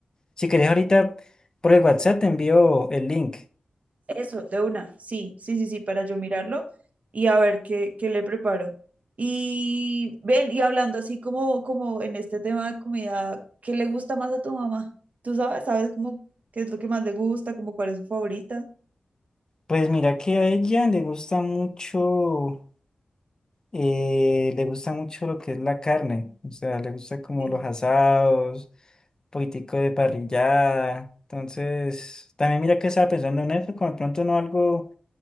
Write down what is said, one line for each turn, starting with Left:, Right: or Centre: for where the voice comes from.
Left: si querés ahorita por el WhatsApp te envío el link.
Right: Eso, de una. Sí, sí, sí, sí, para yo mirarlo y a ver qué, qué le preparo. Y ven, y hablando así como, como en este tema de comida, ¿qué le gusta más a tu mamá? ¿Tú sabes? ¿Sabes cómo qué es lo que más le gusta? cómo cuál es su favorita?
Left: Pues mira que a ella le gusta mucho, eh, le gusta mucho lo que es la carne, o sea, le gusta como
Right: Sí.
Left: los asados, un poquitico de parrillada. Entonces, también mira que estaba pensando en eso, como de pronto no algo